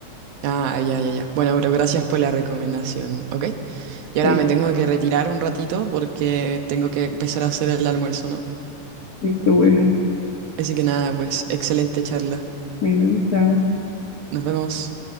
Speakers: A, on the right; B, on the left.
A: Ah, ya, ya, ya. Bueno, pero gracias por la recomendación, ¿ok? Y ahora
B: Sí,
A: me tengo que retirar un ratito porque tengo que empezar a hacer el almuerzo, ¿no?
B: estuvo buena.
A: Así que nada, pues excelente charla.
B: Bueno, chao.
A: Nos vemos.